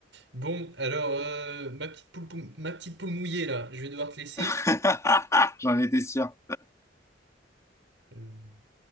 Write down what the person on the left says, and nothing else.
<laughs> J'en étais sûr.